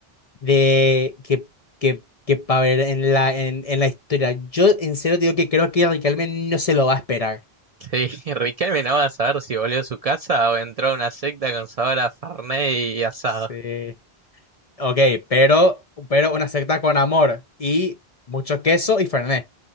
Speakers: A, on the left; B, on the right.
A: de que, que, que para ver en la, en, en la historia. Yo en serio digo que creo que Riquelme no se lo va a esperar.
B: Sí, <laughs> Riquelme no va a saber si volvió a su casa o entró a una secta con sabor a Fernet y asado.
A: Sí. Ok, pero, pero una secta con amor y mucho queso y fernet.